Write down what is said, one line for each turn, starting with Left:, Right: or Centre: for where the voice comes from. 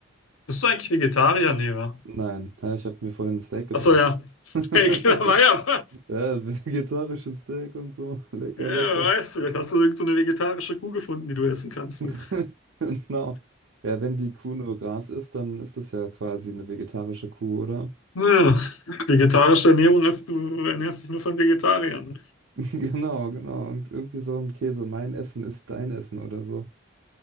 Left: Bist du eigentlich Vegetarier? Nee, wa?
Right: Nein, ja, ich habe mir vorhin ein Steak gebraten.
Left: Achso, ja. Steak,
Right: <laughs>
Left: <laughs> da war ja was.
Right: Ja, vegetarisches Steak und so. Lecker,
Left: Ja, wer
Right: lecker.
Left: weiß, vielleicht hast du irgend so eine vegetarische Kuh gefunden, die du essen kannst.
Right: <laughs>
Left: Du.
Right: Genau. Ja, wenn die Kuh nur Gras isst, dann ist das ja quasi eine vegetarische Kuh, oder?
Left: Ja, vegetarische Ernährung ist, du ernährst dich nur von Vegetariern.
Right: <laughs> Genau, genau. Und irgendwie so ein Käse. Mein Essen ist dein Essen oder so.